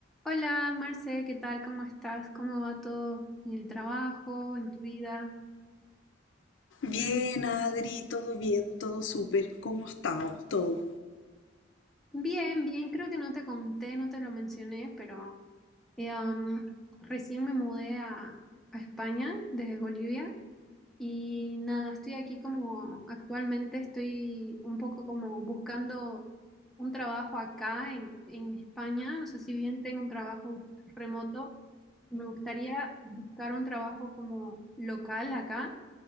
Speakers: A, in the centre; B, on the left.
A: Hola, Marce, ¿qué tal? ¿Cómo estás? ¿Cómo va todo en el trabajo, en tu vida?
B: Bien, Adri, todo bien, todo súper. ¿Cómo has estado? Todo.
A: Bien, bien, creo que no te conté, no te lo mencioné, pero eh, um, recién me mudé a, a España desde Bolivia y nada, estoy aquí como actualmente estoy un poco como buscando un trabajo acá en, en España, no sé si bien tengo un trabajo remoto, me gustaría buscar un trabajo como local acá.